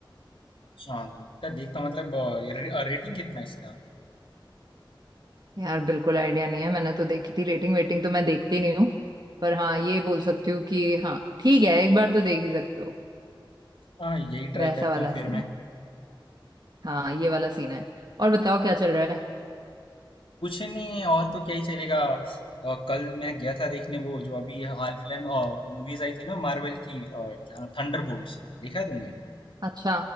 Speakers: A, on the left; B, on the right.
A: हाँ इसका देखता मतलब रेटिंग कितना है इसका?
B: यार बिल्कुल आइडिया नहीं है मैंने तो देखी थी रेटिंग वेटिंग तो मैं देखती नहीं हूँ पर हाँ ये बोल सकती हूँ कि हाँ ठीक है एक बार तो देख ही सकते हो
A: हाँ यही ट्राई
B: वैसा
A: करता
B: वाला
A: हूँ फिर
B: सीन
A: मैं।
B: हाँ ये वाला सीन है और बताओ क्या चल रहा है
A: कुछ नहीं और तो क्या ही चलेगा अ, कल मैं गया था देखने वो जो अभी हाल फिलहाल में मूवीज आई थी ना मार्वल की अ, क्या नाम थंडरबोल्ट्स देखा है तुमने
B: अच्छा